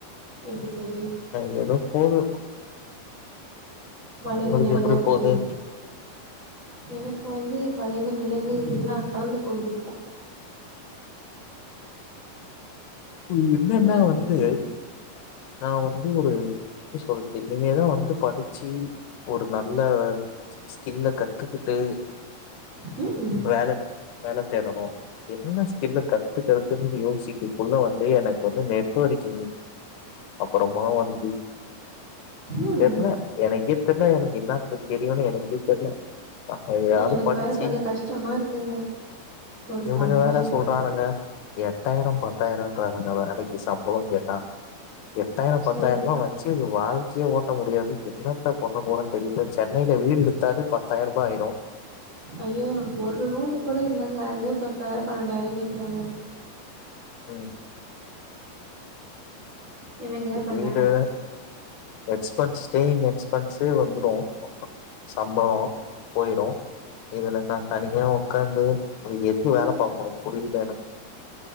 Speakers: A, on the right; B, on the left.
A: எப்டி போது
B: ஆ ஏதோ போது
A: வளைவு
B: உங்களுக்கு
A: நெளிவா
B: எப்டி
A: போவுதோ
B: போது
A: எனக்கு வந்து வளைவு நெளிவு எல்லா கலந்து போகுது இப்போ
B: ம் என்னன்னா
A: ம்
B: வந்து நா வந்து ஒரு என்ன சொல்றது இனிமே தா வந்து படிச்சு ஒரு நல்ல ஸ்கில்ல கத்துக்கிட்டு
A: ம் ம்
B: வேல வேல தேடணு என்ன ஸ்கில்ல கத்துகறதுன் யோசிக்க உள்ள வந்து எனக்கு வந்து நெட்டுவொர்க்கிங் அப்புறமா வந்து
A: ம்
B: தெரில எனக்கே தெரில எனக்கு என்னா தெரியுனு எனக்கே தெர்ல அப்டியாவது
A: எனக்கு
B: படிச்சு
A: வேற கொஞ்சோ கஷ்டமா இருக்குங்க ஒரு
B: இவனுங்க
A: சம்பவோ
B: வேற
A: ஆயி போயிடுச்சு
B: சொல்றானுங்க எட்டாயிரம் பத்தாயிரம்ன்றானுங்க இந்த வேலைக்கு சம்பளம் கேட்டா எட்டாயிரம் பத்தாயிரல்லாம்
A: சேரிதா
B: வச்சு வாழ்க்கையே ஓட்ட முடியாது என்னத்த பண்ண போறேன்னு தெரியல சென்னைல வீடு எடுத்தாலே பத்தாயிரம் ரூபா ஆயிரும்
A: ஐயோ ஒரு ரூமு கூட இல்லைங்க அதுவே பத்தாயிரம் பன்னெண்டாயிரம் கேக்குறானுங்க
B: ம் <inaudible>
A: என்னங்க பண்ண
B: வீடு எக்ஸ்பென்ஸ் ஸ்டேயிங் எக்ஸ்பென்ஸே வந்துரும் சம்பளொ போயிரும் இதுல நா தனியா உக்காந்து எதுக்கு
A: ம்.
B: வேல பாக்கணு புரியல எனக்கு